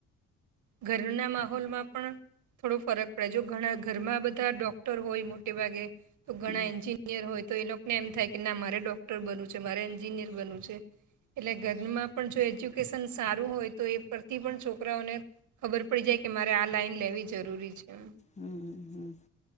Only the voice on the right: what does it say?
ઘરના માહોલમાં પણ થોડો ફરક પડે જો ઘણા ઘરમાં બધા ડોક્ટર હોય મોટે ભાગે. તો ઘણા
એન્જિનિયર હોય. તો એ લોકોને એમ થાય કે ના મારે ડોક્ટર બન. રે એ એટલે ઘરમાં. એજ્યુકેશન સારું હોય તો એ પરથી પણ છોકરાઓને. ખબર પડી જાય કે મારે આ લાાઈન લેવી જરૂરી છે. એમ.